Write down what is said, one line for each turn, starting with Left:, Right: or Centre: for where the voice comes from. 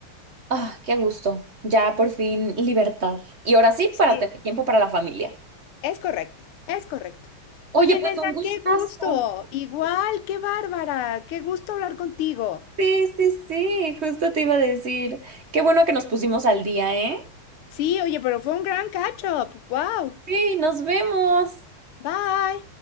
Right: Ah, qué gusto. Ya por fin libertad. Y ahora sí,
Left: Sí,
Right: para tener tiempo para la familia.
Left: es correcto, es correcto.
Right: Oye,
Left: Oye,
Right: pues
Left: nena,
Right: un gustazo.
Left: qué gusto. Igual, qué bárbara. Qué gusto hablar contigo.
Right: Sí, sí, sí, justo te iba a decir. Qué bueno que nos pusimos al día, ¿eh?
Left: Sí, oye, pero fue un gran catch up. Wow.
Right: Sí, nos vemos.
Left: Bye.